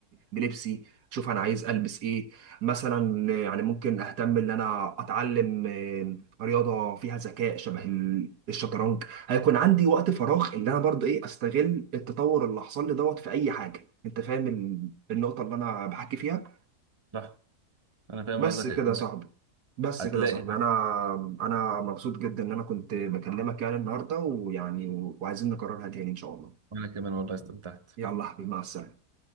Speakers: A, on the right; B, on the right.
A: بلبسي شوف انا عايز البس ايه مثلا يعني ممكن اهتم ان انا اتعلم آه، رياضه فيها ذكاء شبه ال- الشطرنج هيكون عندي وقت فراغ ان انا برضه ايه استغل التطور اللي حصل لي دوت في اي حاجه انت فاهم ال- النقطه اللي انا بحكي فيها
B: صح انا فاهم
A: بس
B: قصدك
A: كده يا
B: انت
A: صاحبي بس
B: هتلاقي
A: كده يا صاحبي انا انا مبسوط جدا ان انا كنت بكلمك يعني النهارده ويعني وعايزين نكررها تاني ان شاء الله
B: وانا كمان والله استمتعت
A: يلا يا حبيبي مع السلامه